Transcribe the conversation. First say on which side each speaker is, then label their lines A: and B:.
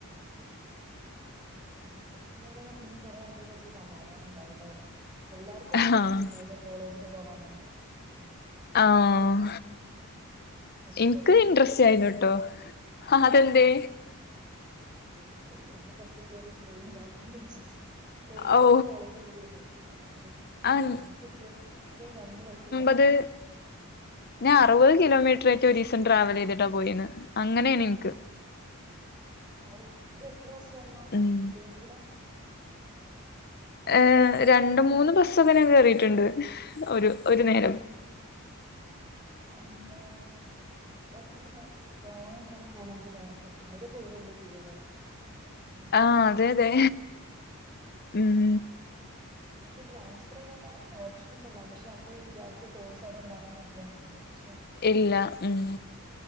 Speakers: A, on the right; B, on the left.
A: പിന്നെ ഡിസ്റ്റൻസ് ഉണ്ടായന്നെ പിന്നും കുറേ ആൾക്കക്ക് കുറച്ച് സമാധാനം ഉണ്ടാവല്ലേ എല്ലാർക്കും ഒും
B: ആഹ്
A: ഇൻട്രസ്റ്റ് ഉണ്ടല്ല കോളേജന് പോവാനൊന്നു
B: ആഹ
A: നിക്കും
B: എനിക്ക്
A: വല്യ
B: ഇൻട്രസ്റ്റ്
A: ഒന്നുമില്ല
B: ആയിരുന്നുട്ടോ അതെന്തേ
A: ഇക്ക് എന്നും ബസ്സിൽ കയറി പോയി ഇതാക്കണ്ട ച്ചിട്ട് എടുത്തൊന്ന്
B: ഔ
A: കോളേജിലെന്നും അതുകൊണ്ട്
B: ആഹ്
A: എനിക്ക് കിട്ടിയ തുംരണ്ട് ബസ്
B: അത്
A: <inaudible>
B: ഞാൻ അറുപത് കിലോമീറ്റർറ്റൊ ഒരു ദിവസം ട്രാവൽ ചെയ്തിട്ടാ പോയന്ന് അങ്ങനെയാണ് ഇന്ക്ക്
A: അവ് ഇപ്പോ എത്ര ബസ്സ് കയറണം
B: ഉം
A: ലിമിറ്റഡ
B: ഏ രണ്ട് മൂന്ന് ബസ്സൊക്കനെ കറിയിട്ടുണ്ട് ഒരു ഒരു നേരം
A: <inaudible> അള്ളാഅത്ര ലോങ്ങ് അയി കാരംകോളേജില കിട്ട് ണോ പോവല്ല ചെയ്യല്ലേ ഡിഗ്രി
B: ആഹ
A: ആവുമ്പോ
B: അതെ അതെ ഉം
A: പിന്നെമുക്ക് ട്രൻഫർ ചെയ്യേണ്ട ഓപ്ഷൻ ഒക്കെണ്ടകും പക്ഷ നമ്മള് വിചാരിച്ച കോഴ്സ്ടെണ്ടണന്നില്ല അതാ പ്രശ്നം
B: ഇല്ല ഉം